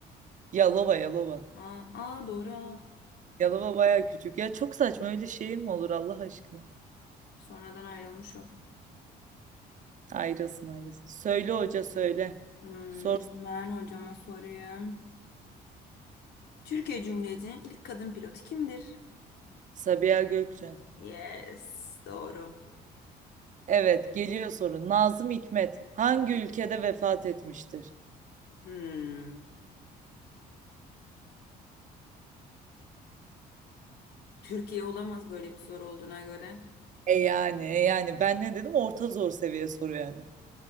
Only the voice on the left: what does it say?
Aa, aa doğru. ha.
Sonradan ayrılmış o.
Hmm,
hemen hocama sorayım. Türkiye Cumhuriyeti'nin ilk kadın pilotu kimdir?
Yes, doğru.
Hmm. Türkiye olamaz böyle bir soru olduğuna göre.